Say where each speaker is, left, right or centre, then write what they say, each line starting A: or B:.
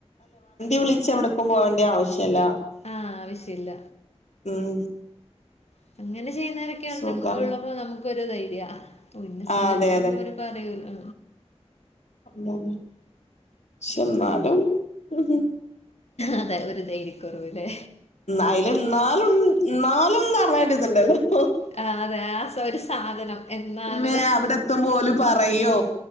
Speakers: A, on the left; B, on the left.
A: വിളിച്ച് എവ്ട്ക്കും പോകേണ്ടിയേ ആവശ്യല്ല
B: ആഹ് ആവശ്യല്ല
A: ഉം
B: ഹ് <inaudible> അങ്ങനെ ചെയ്യുന്നവരൊക്കെഉണ്ട്ന്നുള്ളപ്പോ
A: സുഖം
B: നമുക്ക് ഒരു ധൈര്യാ ഓ ഇന്ന സ്ഥലത്തുമ്പോ
A: ആഹ് അതെ
B: അവര് പറയോലോ
A: ന്നാലും പസേന്നാലും <inaudible>
B: അതെ ഒരു ധൈര്യകുറവ്
A: അയില് എന്നാലും ഒര്ത്ണ്ടല്ലോ
B: ആഹ് അതെ ആഹ് സാധനം എന്നാലും
A: മേ അവിടെ എത്തുമ്പോ ഓല് പറയോ